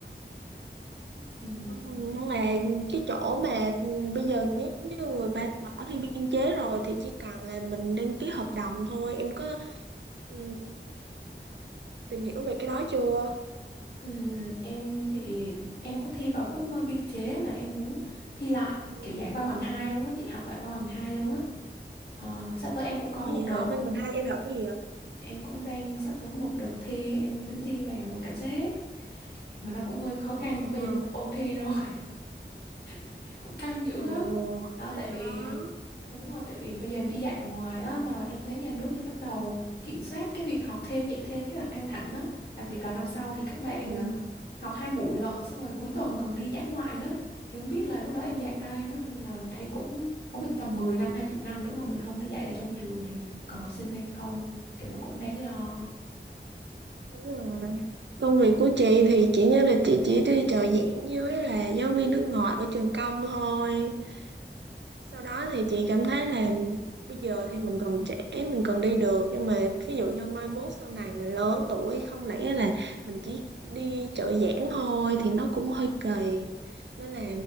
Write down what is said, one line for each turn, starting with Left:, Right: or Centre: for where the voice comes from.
Left: <laughs> ừ.
Right: đúng- nhưng mà cái chỗ mà ừ, bây giờ nếu như người ta bỏ thi biên chế rồi thì chỉ cần là mình đăng ký hợp đồng thôi em có ừ, tìm hiểu về cái đó chưa
Left: Ừ, em thì em không có thi vào khúc ờ, biên chế mà em muốn thi lại
Right: Ừ.
Left: kiểu dạng văn bằng hai luôn á chị học lại văn bằng hai luôn á ờ, sắp tới em cũng
Right: Ồ,
Left: có một
Right: vậy
Left: đợt
Right: hả? Văn bằng hai em học cái gì vậy?
Left: em cũng đang sắp tới có một đợt thi em tính thi vào cảnh sát mà nó cũng hơi khó
Right: Ồ,
Left: khăn bây giờ ôn thi rồi <laughs> cũng căng dữ lắm
Right: ồ,
Left: đó
Right: hơi
Left: tại vì
Right: khó.
Left: đúng rồi tại vì bây giờ em đi dạy ở ngoài á mà em thấy nhà nước thì bắt đầu kiểm soát cái việc học thêm dạy thêm khá là căng thẳng á đặc biệt là năm sau thì các bạn
Right: Ừ,
Left: à, học hai buổi lận xong rồi cuối tuần còn đi dã ngoại nữa thì không biết là lúc đó em dạy ai nữa nên là thấy cũng không
Right: ừ,
Left: biết tầm 10 năm 20 năm nữa mà mình không đi dạy ở trong trường thì còn học sinh hay không kiểu nó cũng đáng lo
Right: đúng rồi. Công việc của chị thì chỉ như là chị chỉ đi trợ giảng với là giáo viên nước ngoài ở trường công thôi. sau đó thì chị cảm thấy là bây giờ thì mình còn trẻ mình còn đi được nhưng mà ví dụ như mai mốt sau này mình lớn tuổi không lẽ là mình chỉ đi trợ giảng thôi thì nó cũng hơi kỳ nên là